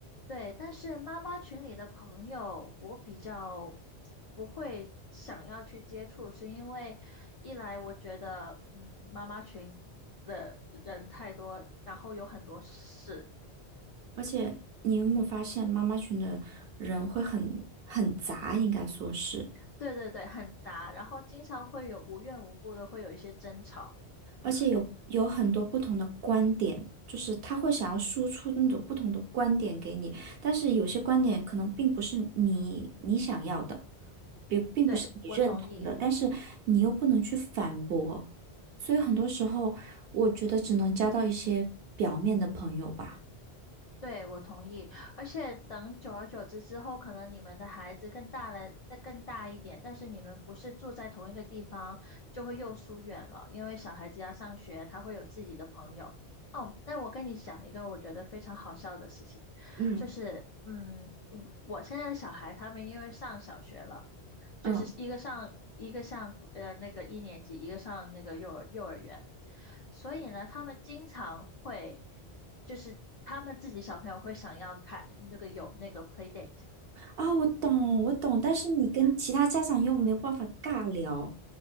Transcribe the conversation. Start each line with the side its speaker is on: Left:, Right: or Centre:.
Left: 对，但是妈妈群里的朋友，我比较不会想要去接触，是因为一来我觉得，嗯，妈妈群的人太多，然后有很多事，
Right: 而且你有没有发现，妈妈群的人会很很杂，应该说是，
Left: 对对对，很杂，然后经常会有无缘无故的会有一些争吵。
Right: 而且有有很多不同的观点，就是他会想要输出那种不同的观点给你，但是有些观点可能并不是你你想要的。并并不是你认同的，
Left: 对，我同意。
Right: 但是你又不能去反驳，所以很多时候我觉得只能交到一些表面的朋友吧。
Left: 对，我同意。而且等久而久之之后，可能你们的孩子更大了，再更大一点，但是你们不是住在同一个地方，就会又疏远了。因为小孩子要上学，他会有自己的朋友。哦，但我跟你讲一个我觉得非常好笑的事情。
Right: 嗯，
Left: 就是嗯，我我现在的小孩他们因为上小学了，
Right: 嗯，
Left: 就是一个上一个上呃那个一年级，一个上那个幼儿幼儿园，所以呢，他们经常会就是他们自己小朋友会想要开那个有那个 play date。
Right: 啊、我懂，我懂，但是你跟其他家长又没有办法尬聊。